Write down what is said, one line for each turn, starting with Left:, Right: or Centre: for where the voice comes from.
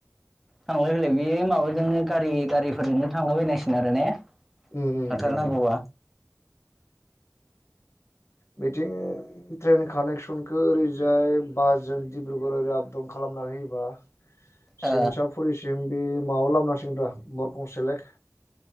Centre: थांलाय फैलाय बेयो माबाजोंनो गारि गारिफोरजोंनो थांलाबायनायसिगोन आरो ने
Left: उम उम
Centre: थांथारनांगौबा
Left: बेन्थ बिथिं ट्रेन कानेक्सनखौ ओरैजाय बासजों डब्रुगऱ ओरै आपडाउन खालाम योब्ला सिकिंसाफुरिसिम
Centre: ओ
Left: बे माबा लाबोनांसिगोनरा मरखं सेलेक